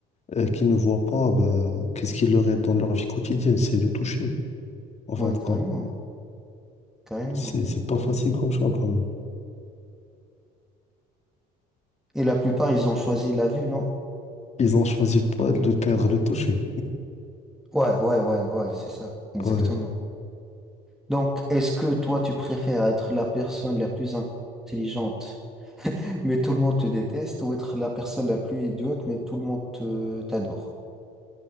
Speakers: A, on the left (about 35°); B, in the centre.
A: euh, qui ne voient pas, ben, qu'est-ce qui leur est dans leur vie quotidienne? C'est le toucher, en fin
B: Ouais,
A: de
B: carrément,
A: compte.
B: hein, carrément.
A: C'est, c'est pas facile comme choix quand même.
B: Et la plupart, ils ont choisi la vue, non?
A: Ils ont choisi pas de perdre le toucher.
B: Ouais, ouais, ouais, ouais, c'est ça, exactement.
A: Ouais.
B: Donc, est-ce que toi, tu préfères être la personne la plus intelligente, mais tout le monde te déteste, ou être la personne la plus idiote, mais tout le monde te- t'adore?